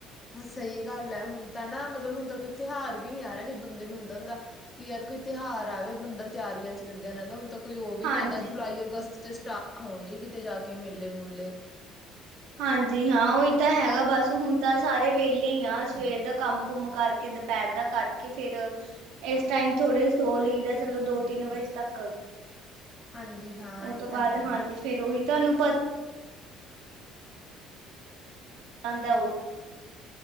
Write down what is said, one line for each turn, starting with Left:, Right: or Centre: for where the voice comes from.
Left: ਸਹੀ ਗੱਲ ਹੈ ਹੁਣ ਤਾਂ ਨਾ ਮਤਲਬ ਹੁਣ ਤਾਂ ਕੋਈ ਤਿਉਹਾਰ ਵੀ ਨੀ ਆ ਰਿਹਾ ਨੀ ਬੰਦੇ ਨੂੰ ਹੁੰਦਾ ਦਾ ਕਿ ਯਾਰ ਕੋਈ ਤਿਉਹਾਰ ਆਵੇ ਬੰਦਾ ਤਿਆਰੀਆਂ 'ਚ ਲੱਗਿਆ ਰਹਿੰਦਾ ਹੁਣ ਤ ਕੋਈ ਉਹ ਵੀ
Right: ਹਾਂਜੀ।
Left: ਨੀ ਆਉਂਦਾ ਜੁਲਾਈ ਅਗਸਤ ਚ ਸਟਾਰਟ ਹੋਣਗੇ ਕਿਤੇ ਜਾ ਕੇ ਮੇਲੇ- ਮੁਲੇ
Right: ਹਾਂਜੀ ਹਾਂ ਉਹੀ ਤਾਂ ਹੈਗਾ ਬਸ, ਹੁਣ ਤਾਂ ਸਾਰੇ ਵੇਲੇ ਹੀ ਆ ਸਵੇਰ ਦਾ ਕੰਮ -ਕੁਮ ਕਰਕੇ ਕੇ ਦੁਪਹਿਰ ਦਾ ਕਰਕੇ ਫੇਰ ਇਸ ਟਾਈਮ ਥੋੜੇ ਸੌ ਲਈਦਾ ਚਲੋ ਦੋ ਤਿੰਨ ਵਜੇ ਤੱਕ
Left: ਹਾਂਜੀ ਹਾਂ
Right: ਉਹ
Left: ਇਹ
Right: ਤੋਂ
Left: ਤਾਂ
Right: ਬਾਅਦ
Left: ਹੈ।
Right: ਹਾਂਜੀ ਫੇਰ ਉਹੀ ਤੁਹਾਨੂੰ ਪਤਾ <unintelligible>